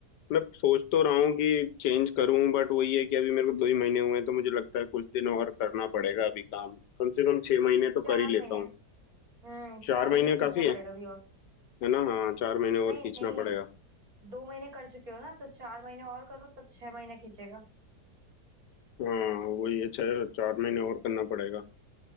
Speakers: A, on the left; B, on the right.
A: मैं सोच तो रहा हूँ कि चेंज करूँ बट वही है कि अभी मेरे को दो ही महीने हुए हैं तो मुझे लगता है कुछ दिन और करना पड़ेगा अभी काम कम से कम छह महीने तो
B: चार
A: कर ही लेता
B: महीने
A: हूँ
B: हम्म
A: चार
B: चार
A: महीने
B: महीने तो खींचना
A: काफी
B: पड़ेगा
A: है
B: अभी और
A: है ना हाँ चार महीने
B: नहीं
A: और खींचना
B: नहीं
A: पड़ेगा
B: दो महीने कर चुके हो ना तो चार महीने और करो तब छह महीने खींचेगा
A: हाँ वही है छह चार महीने और करना पड़ेगा